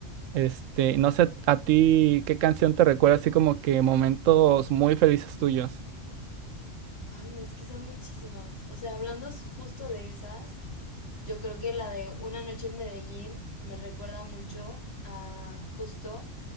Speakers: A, on the right (about 80°); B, on the left (about 55°).
A: Este, no sé a ti qué canción te recuerda así como que momentos muy felices tuyos,
B: Ay, no, es que son muchísimas. O sea, hablando s- justo de esas, yo creo que la de Una noche en Medellín me recuerda mucho a justo.